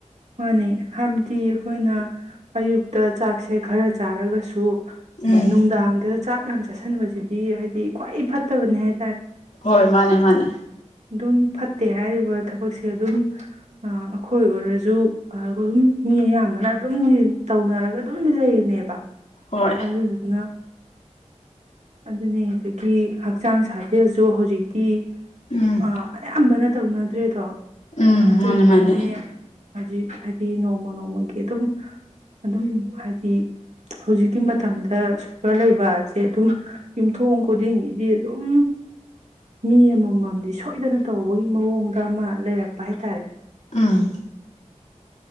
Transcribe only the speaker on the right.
ꯃꯥꯅꯦ ꯍꯥꯏꯕꯗꯤ ꯑꯩꯈꯣꯏꯅ ꯑꯌꯨꯛꯇ ꯆꯥꯛꯁꯦ ꯈꯔ ꯆꯥꯔꯒꯁꯨ ꯑꯗꯩ
ꯅꯨꯡꯗꯥꯡꯗ ꯆꯥꯛ ꯌꯥꯝ ꯆꯥꯁꯟꯕꯁꯤꯗꯤ ꯍꯥꯏꯗꯤ ꯈ꯭ꯋꯥꯏ ꯐꯠꯇꯕꯅꯤ ꯍꯥꯏ
ꯑꯗꯨꯝ ꯐꯠꯇꯦ ꯍꯥꯏꯔꯤꯕ ꯊꯕꯛꯁꯦ ꯑꯗꯨꯝ ꯑꯩꯈꯣꯏ ꯑꯣꯏꯔꯁꯨ ꯑꯩꯈꯣꯏ ꯑꯗꯨꯝ ꯃꯤ ꯑꯌꯥꯝꯕꯅ ꯑꯗꯨꯝ ꯇꯧꯅꯔꯒ ꯑꯗꯨꯝꯗꯤ ꯂꯩꯌꯦ ꯅꯦꯕ
ꯑꯗꯨꯗꯨꯅ ꯑꯗꯨꯅꯦ ꯑꯗꯨꯗꯒꯤ ꯍꯛꯆꯥꯡ ꯁꯥꯖꯦꯜꯁꯨ ꯍꯧꯖꯤꯛꯇꯤ
ꯑ ꯑꯌꯝꯕꯅ ꯇꯧꯅꯗ꯭ꯔꯦꯗꯣ
ꯑꯗꯨꯅꯦ
ꯍꯧꯖꯤꯛ ꯍꯥꯏꯗꯤ ꯅꯣꯡꯃ ꯅꯣꯡꯃꯒꯤ ꯑꯗꯨꯝ ꯑꯗꯨꯝ ꯍꯥꯏꯗꯤ ꯍꯧꯖꯤꯛꯀꯤ ꯃꯇꯝꯗ ꯁꯨꯒꯔ ꯂꯩꯕꯁꯦ ꯑꯗꯨꯝ ꯌꯨꯝꯊꯣꯡ ꯈꯨꯗꯤꯡꯒꯤꯗꯤ ꯑꯗꯨꯝ ꯃꯤ ꯑꯃꯃꯝꯗꯤ ꯁꯣꯏ ꯁꯣꯏꯗꯅ ꯇꯧꯕꯒꯤ ꯃꯑꯣꯡꯗ ꯑꯃ ꯂꯩꯔꯛꯄ ꯍꯥꯏꯇꯥꯔꯦ